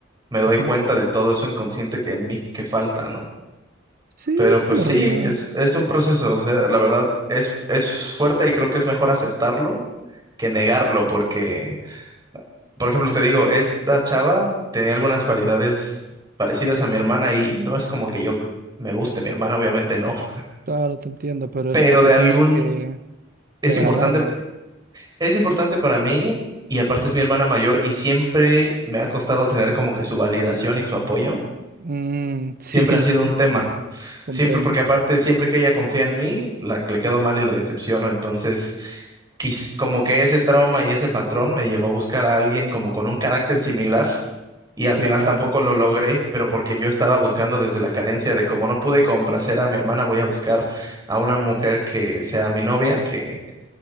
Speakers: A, on the right; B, on the right.
A: me doy
B: Ujú.
A: cuenta de todo eso inconsciente que en mí, que falta, ¿no?
B: Sí,
A: Pero
B: es
A: pues
B: normal,
A: sí, es, es un proceso, o sea, la verdad es, es fuerte y creo que es mejor aceptarlo que negarlo, porque... Por ejemplo, te digo, esta chava tenía algunas cualidades parecidas a mi hermana y no es como que yo me guste, mi hermana obviamente no, <laughs>
B: claro, te entiendo, pero
A: pero
B: es una persona
A: de algún
B: que
A: es
B: te agradaba.
A: importante, es importante para mí y aparte es mi hermana mayor y siempre me ha costado tener como que su validación y su apoyo.
B: Mm, <laughs> sí,
A: Siempre ha sido un tema,
B: comprendo.
A: siempre porque aparte siempre que ella confía en mí, la, le quedo mal y la decepciono, entonces quis- como que ese trauma y ese patrón me llevó a buscar a alguien como con un carácter similar y al
B: Claro.
A: final tampoco lo logré, pero porque yo estaba buscando desde la carencia de como no pude complacer a mi hermana, voy a buscar a una mujer que sea mi novia, que,